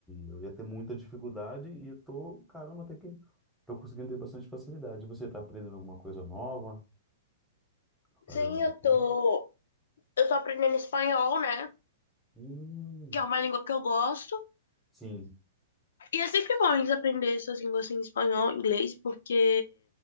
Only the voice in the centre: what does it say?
eu ia ter muita dificuldade e eu tô, caramba, até que tô conseguindo ter bastante facilidade. Você tá aprendendo alguma coisa nova? Tá Fazendo...
algum-
Hum,
sim,